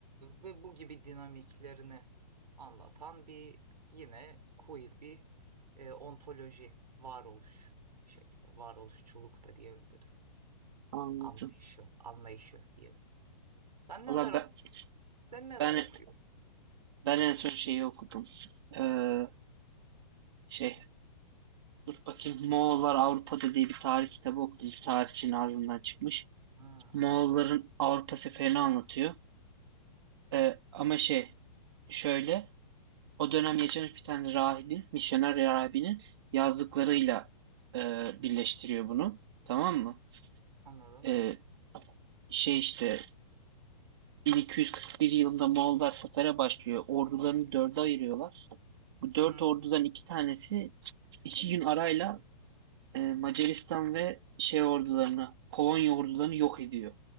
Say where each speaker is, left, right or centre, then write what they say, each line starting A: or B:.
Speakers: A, on the right; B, on the right.
A: ve bu gibi dinamiklerini anlatan bir yine queer bir e, ontoloji varoluş şekli, varoluşçuluk da diyebiliriz.
B: Anladım.
A: Anlayışı, anlayışı diyelim. Sen neler
B: Valla
A: ok
B: ben,
A: sen neler
B: ben,
A: okuyorsun?
B: ben en son şeyi okudum. Ee, şey Dur bakayım Moğollar Avrupa'da diye bir tarih kitabı okudum. Bir tarihçinin ağzından çıkmış.
A: Ha,
B: Moğolların Avrupa seferini anlatıyor. Ee, ama şey şöyle o dönem yaşamış bir tane rahibin, misyoner rahibinin yazdıklarıyla e, birleştiriyor bunu. Tamam mı?
A: anladım.
B: Ee, şey işte 1241 yılında Moğollar sefere başlıyor. Ordularını dörde ayırıyorlar. Bu
A: Hı
B: dört
A: hı.
B: ordudan iki tanesi iki gün arayla e, Macaristan ve şey ordularını, Polonya ordularını yok ediyor.